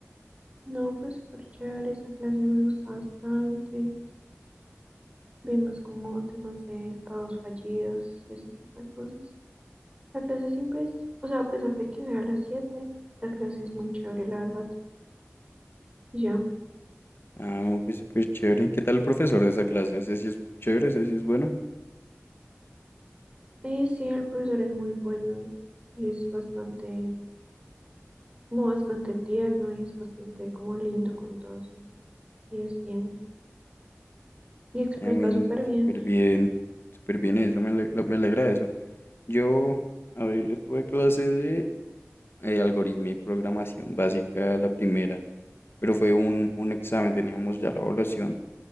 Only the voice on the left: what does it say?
Ah, no, pues súper chévere. ¿Qué tal el profesor de esa clase? Ese sí es chévere, ese sí es bueno.
Ah, bueno,
súper bien. Súper bien eso, me ale- lo- me alegra eso. Yo, a ver, yo tuve clase de eh, algoritmo y programación básica, la primera, pero fue un, un examen, teníamos ya la evaluación.